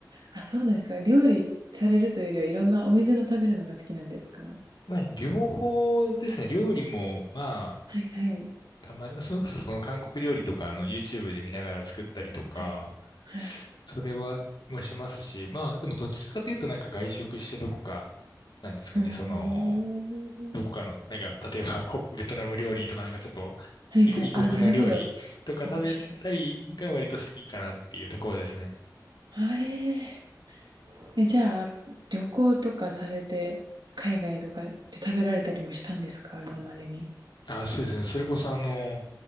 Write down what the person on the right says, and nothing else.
あ。あ、そうなんですか。料理されるというよりは、いろんなお店の食べるのが好きなんですか？は
いはい。
はい。はい。
うーん。
はいはいおーはいはいあ、
なるほど。面白い。はい、え、じゃあ、旅行とかされて、海外とかで食べられたりもしたんですか今までに。